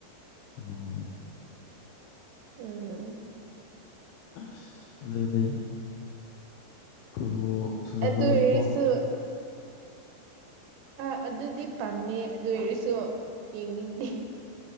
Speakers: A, on the left (about 80°); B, on the right (about 80°).
A: ꯑꯣ
B: ꯎꯝ
A: ꯑꯁ ꯑꯗꯨꯗꯤ ꯐꯨꯠꯕꯣꯜ ꯁꯥꯟꯅꯕ
B: ꯑꯗꯨ
A: ꯅꯨꯄꯥ
B: ꯑꯣꯏꯔꯁꯨ ꯑꯥ ꯑꯗꯨꯗꯤ ꯄꯥꯝꯃꯦ ꯑꯗꯨ ꯑꯣꯏꯔꯁꯨ ꯌꯦꯡꯅꯤꯡꯗꯦ